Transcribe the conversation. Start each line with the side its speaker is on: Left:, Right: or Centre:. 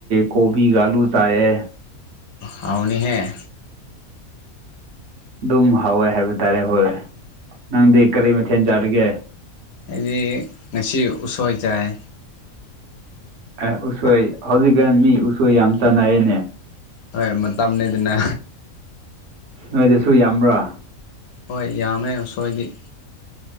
Right: ꯀꯣꯕꯤꯒ ꯑꯂꯨ ꯆꯥꯏꯌꯦ
Left: ꯍꯥꯎꯔꯅꯤꯍꯦ
Right: ꯑꯗꯨꯝ ꯍꯥꯎꯋꯦ ꯍꯥꯏꯕ ꯇꯥꯔꯦ ꯍꯣꯏ ꯅꯪꯗꯤ ꯀꯔꯤ ꯃꯊꯦꯜ ꯆꯥꯔꯤꯒꯦ
Left: ꯑꯩꯗꯤ ꯉꯁꯤ ꯎꯁꯣꯏ ꯆꯥꯏ
Right: ꯑꯦ ꯎꯁꯣꯏ ꯍꯧꯖꯤꯛꯀꯥꯟ ꯃꯤ ꯎꯁꯣꯏ ꯌꯥꯝ ꯆꯥꯟꯅꯔꯦꯅꯦ
Left: ꯍꯣꯏ ꯃꯇꯝꯅꯤ ꯑꯗꯨꯅ
Right: ꯅꯣꯏꯗꯨꯁꯨ ꯌꯥꯝꯕ꯭ꯔꯥ
Left: ꯍꯣꯏ ꯌꯥꯝꯃꯦ ꯎꯁꯣꯏꯗꯤ